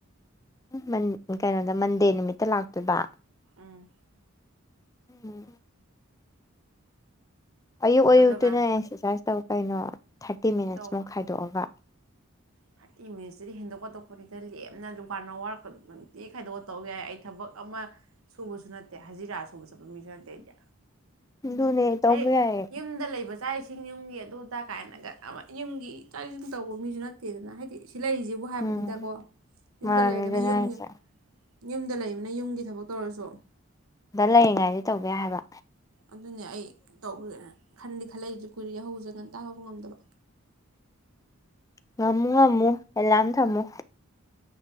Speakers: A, on the left; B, on the right.
A: ꯃꯟ ꯀꯩꯅꯣꯗ ꯃꯟꯗꯦ ꯅꯨꯃꯤꯠꯇ ꯂꯥꯛꯇꯣꯏꯕ
B: ꯎꯝ
A: ꯎꯝ ꯑꯌꯨꯛ ꯑꯌꯨꯛꯇꯨꯅ
B: ꯑꯗꯨꯒ
A: ꯑꯦꯛꯁꯔꯁꯥꯏꯁ ꯇꯧ ꯀꯩꯅꯣ ꯊꯥꯔꯇꯤ ꯃꯤꯅꯠꯁꯃꯨꯛ
B: ꯇꯧ
A: ꯈꯥꯏꯗꯣꯛꯑꯒ
B: ꯊꯥꯔꯇꯤ ꯃꯤꯅꯤꯠꯁꯇꯨꯗꯤ ꯍꯦꯟꯗꯣꯛ ꯄꯥꯗꯣꯛꯄꯅꯤꯗ ꯂꯦꯝꯅ ꯋꯥꯟ ꯑꯋꯥꯔ ꯅꯨꯡꯇꯤ ꯈꯥꯏꯗꯣꯛꯀ ꯇꯕ ꯌꯥꯏ ꯑꯩ ꯊꯕꯛ ꯑꯃ ꯁꯨꯕꯖꯨ ꯅꯠꯇꯦ ꯍꯖꯤꯔꯥ ꯁꯨꯕ ꯆꯠꯄ ꯃꯤꯖꯨ ꯅꯠꯇꯦ ꯑꯩꯗꯤ
A: ꯑꯗꯨꯅꯦ ꯇꯧꯕ
B: ꯍꯥꯏꯗꯤ
A: ꯌꯥꯏꯌꯦ
B: ꯌꯨꯝꯗ ꯂꯩꯕ ꯆꯥꯛ ꯏꯁꯤꯡ ꯌꯨꯝꯒꯤ ꯑꯗꯨ ꯑꯗꯥ ꯀꯥꯏꯅꯒ ꯑꯃ ꯌꯨꯝꯒꯤ ꯆꯥꯛ ꯏꯁꯤꯡ ꯇꯧꯕ ꯃꯤꯖꯨ ꯅꯠ ꯇꯦꯗꯅꯥ ꯍꯥꯏꯗꯤ ꯁꯤ ꯂꯩꯔꯤꯖꯤꯕꯨ ꯍꯥꯏꯕꯅꯤꯗꯀꯣ
A: ꯎꯝ
B: ꯌꯨꯝꯗ
A: ꯃꯥꯅꯦ
B: ꯂꯩꯔꯒꯅ
A: ꯑꯗꯨꯅꯦ
B: ꯌꯨꯝꯒꯤ
A: ꯍꯥꯏꯁꯦ
B: ꯌꯨꯝꯗ ꯂꯩꯕꯅ ꯌꯨꯝꯒꯤ ꯊꯕꯛ ꯇꯧꯔꯁꯨ
A: ꯑꯗ ꯂꯩꯔꯤꯉꯥꯏꯗꯤ ꯇꯧꯕ ꯌꯥꯏ ꯍꯥꯏꯕ
B: ꯑꯗꯨꯅꯦ ꯑꯩ ꯇꯧꯒꯦ ꯈꯟꯗꯤ ꯈꯜꯂꯛꯏꯖꯦ ꯀꯨꯏꯔꯦ ꯌꯥꯍꯧꯖꯦ ꯉꯟꯇꯥ ꯍꯧꯕ ꯉꯝꯗꯕ
A: ꯉꯝꯃꯨ ꯉꯝꯃꯨ ꯑꯦꯂꯥꯝ ꯊꯝꯃꯨ